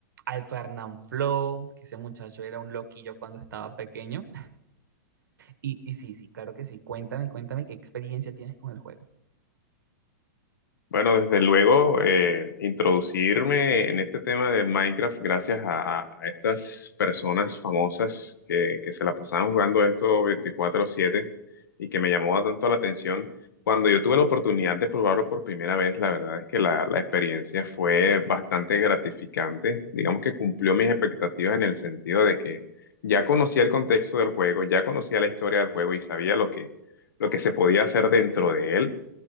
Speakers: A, on the right; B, on the left.
A: al Fernanfloo, que ese muchacho era un loquillo cuando estaba pequeño. Y, y sí, sí, claro que sí. Cuéntame, cuéntame qué experiencia tienes con el juego.
B: Bueno, desde luego, eh, introducirme en este tema de Minecraft gracias a, a estas personas famosas que, que se la pasaban jugando esto 24/7 y que me llamó tanto la atención. Cuando yo tuve la oportunidad de probarlo por primera vez, la verdad es que la, la experiencia fue bastante gratificante. Digamos que cumplió mis expectativas en el sentido de que ya conocía el contexto del juego, ya conocía la historia del juego y sabía lo que, lo que se podía hacer dentro de él